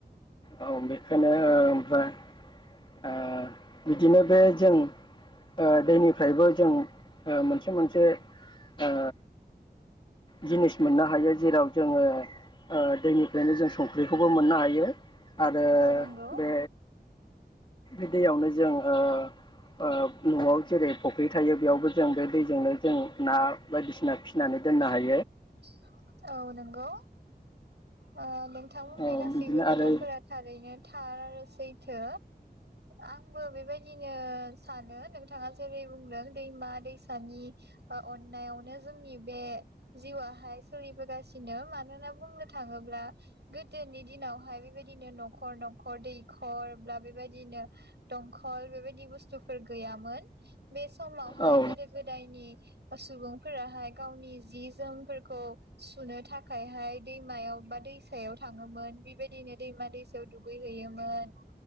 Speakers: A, on the left; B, on the right.
A: औ बेखायनो ओमफ्राय ओ बिदिनो बे जों ओ दैनिफ्रायबो जों ओ मोनसे मोनसे ओ जिनिस मोनना हायो जेराव जोङो ओ दैनिफ्रायनो जों संख्रिखौबो मोननो हाय यो आरो
B: नंगौ
A: बे दैयावनोज जों ओ ओ न'आव जेरै फुख्रि थायो बेयावबो जों बे दैजोंनो जों ना बायदिसिना फि नानै दोननो हाय
B: औ नोंगौ। ओब नोंथां बुंनाय
A: औ
B: गासैबो
A: बिदिनो
B: खोथाफोरा
A: आरो
B: थारैनो थार सै थो आं बो बेबायदिनो सानो नोंथाङा जेरै बुंदों दैमा दैसानि ओ अननायावनो जोंनि बे जिउआहाय सोलिबोगासिनो मानोना बुंनो थाङोब्ला गोदोनि दिनावहाय बेबायदिनो न'खर न'खर दैखर ब्ला बेबायदिनो दंखल बेबायदि बुस्थुफोर गैयामोन बे समावहाय
A: औ
B: गोदो गोदायनि ओ सुबुं फोराहाय। गावनि जि जोमफोरखौ सुनो थाखायहाय दैमायाव बा दैसायाव थाङोमोन बेबायदिनो दैमा दैसायाव दुगैहैयोमोन।